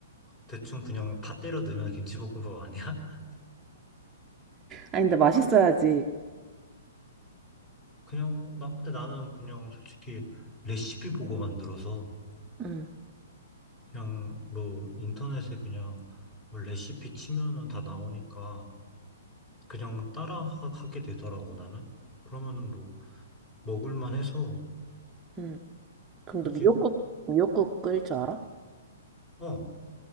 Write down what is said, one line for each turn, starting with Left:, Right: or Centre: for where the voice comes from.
Left: 대충 그냥 다 때려 넣으면 김치볶음밥 아니야? <laughs>
Right: 아니, 근데 맛있어야지.
Left: 그냥, 나, 근데 나는 그냥 솔직히 레시피 보고 만들어서,
Right: 응,
Left: 그냥 뭐 인터넷에 그냥 뭐 레시피 치면은 다 나오니까 그냥 따라 하- 하게 되더라고 나는. 그러면은 뭐 먹을만 해서
Right: 응. 그럼
Left: 아직
Right: 너 미역국, 미역국 끓일 줄 알아?
Left: 어